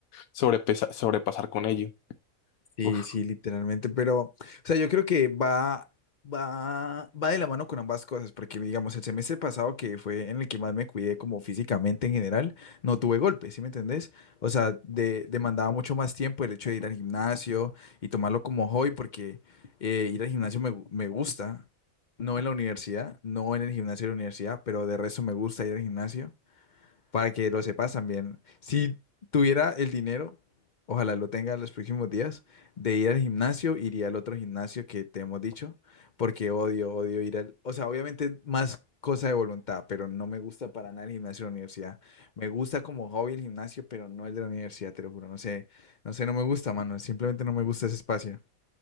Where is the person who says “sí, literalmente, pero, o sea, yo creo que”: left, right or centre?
Left